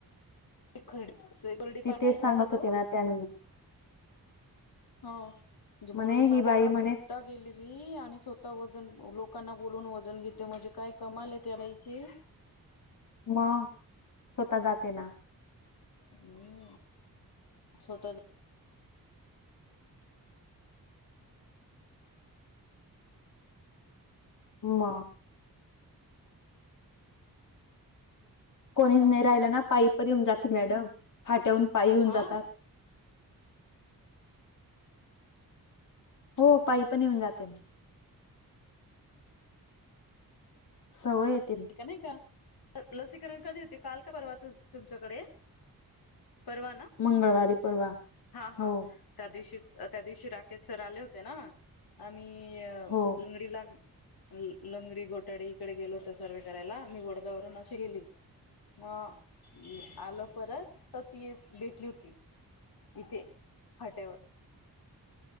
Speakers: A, on the left (about 80°); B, on the left (about 55°).
A: खरडी खरडी
B: तिथच
A: पाक आहे
B: सांगत
A: तुमचा
B: होते ना त्यां
A: हा म्हणजे बोरडीपाडला
B: म्हणे ही बाई म्हणे
A: सुटता गेली ली आणि स्वतः वजन लोकांना बोलून वजन घेते म्हणजे काय कमाल त्या बाईची.
B: मग स्वतः जाते ना.
A: हम्म छोट
B: म कोणी
A: चांगले
B: नाही राहिलं ना पायी परी येऊन जाते मॅडम फाट्याहून पायी होऊन
A: हा
B: जातात. हो पाई पण येऊन जात्यात. सवयेत.
A: ठीक नाही का लसीकरण कधी होते. काल का परवा तू तुमच्याकडे. परवा ना
B: मंगळवारी परवा
A: हा हा.
B: हो
A: त्या दिवशी त्या दिवशी राकेश सर आले होते, ना आम्ही
B: हो
A: लंगडी ला लंगडी घोटाडी इकडे गेलो होतं. सर्व करायला मी वोडगावरून अशी गेली. मग आलं परत तर ती भेटली होती. इथे फाट्यावर.